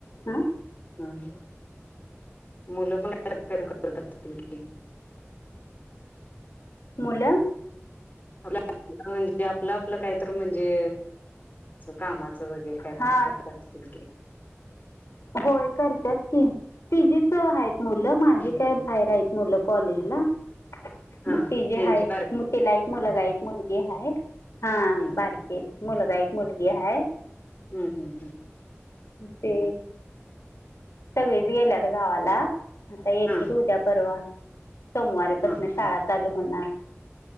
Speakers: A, on the left; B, on the left.
A: हा
B: हा ह मुलं पण करत असतील की
A: मुलं....
B: आप म्हणजे आपलं आपलं काय तरी म्हणजे... कामाचं वगैरे काही
A: हां
B: तर करत असतील की..
A: होय करतात की तिजी च आहेत मुलं माझी
B: ह
A: काय बाहेर आहेत मुलं. कॉलेज ला
B: हा
A: मग
B: हा
A: तिजी
B: त्यांची
A: आहेत
B: बारकी
A: मू तिला एक मुलगा एक मुलगी आहे हा
B: हम्म
A: बारकी मुलगा एक मुलगी आहे.
B: हम्म हम्म
A: ते सगळेच गेल्यात गावाला आता येतील
B: हम्म
A: उद्या परवा. सोमवारीपासून
B: हा हा
A: शाळा
B: हा
A: चालू होणार.